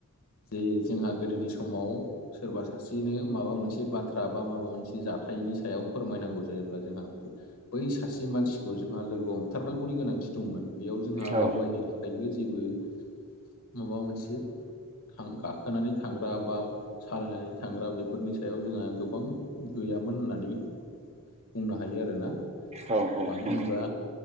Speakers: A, on the left; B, on the right.
A: जे जोंहा गोदोनि समाव सोरबा सासेनो माबा मोनसे बाथ्रा बा माबा मोनसे जाथायनि सायाव फोरमायनांगौ जायोब्ला जोंहा बै सासे मानसिखौ जोंहा लोगो हमथारनांगौनि गोनांथि दंमोन बेयाव जोंहा
B: औ
A: दावबायनो थाखायबो जेबो माबा मोनसे थां गाखोनानै थांग्रा बा सालायनानै थांग्रा बेफोरनि सायाव जोंहा गोबां गैयामोन होननानै बुंनो हायो आरोना
B: औ
A: मानो
B: नंगौ
A: होनब्ला